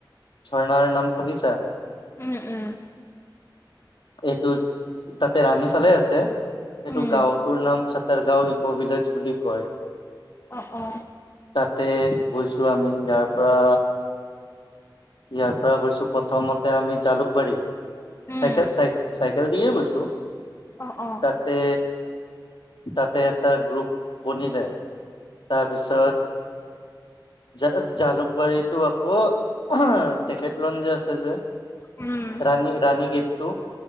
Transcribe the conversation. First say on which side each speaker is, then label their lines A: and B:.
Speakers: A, on the left (about 75°); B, on the left (about 35°).
A: ঝৰ্ণাৰ নাম শুনিছা
B: উম, উম,
A: এইটো তাতে ৰাণী ফালে আছে এইটো
B: উম,
A: গাঁওটোৰ নাম চতৰ গাঁও কবিলজ বুলি কয়।
B: অ অ
A: তাতে গৈছো আমি ইয়াৰ পৰা ইয়াৰ পৰা গৈছো প্ৰথমতে আমি জালুকবাৰী
B: উম,
A: চাইকেল চাই চাইকেল দিয়ে গৈছো
B: অ', অ',
A: তাতে তাতে এটা গ্ৰুপ বনিলে, তাৰপিছত জ জালুকবাৰীটো আকৌ তেখেত লন যে আছে যে
B: উম,
A: ৰাণী ৰাণী গেটটো